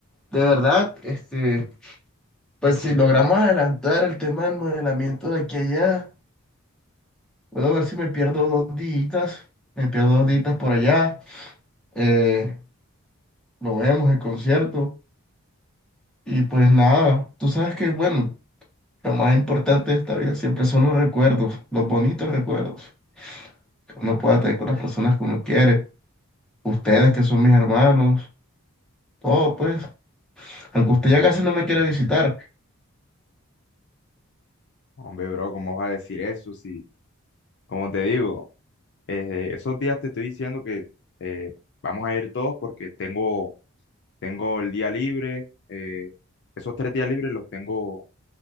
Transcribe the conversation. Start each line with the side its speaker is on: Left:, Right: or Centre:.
Centre: de verdad, este, pues si logramos adelantar el tema del modelamiento de aquí a allá, puedo ver si me pierdo dos días, me pierdo dos días por allá. Eh, lo vemos, el concierto. Y pues nada, tú sabes que, bueno, lo más importante de esta vida siempre son los recuerdos, los bonitos recuerdos que uno pueda tener con las personas que uno quiere. ustedes que son mis hermanos, todo pues, aunque usted ya casi no me quiere visitar.
Left: Hombre, bro, ¿cómo vas a decir eso? Si, como te digo, eh, esos días te estoy diciendo que eh, vamos a ir todos porque tengo, tengo el día libre, eh, esos tres días libres los tengo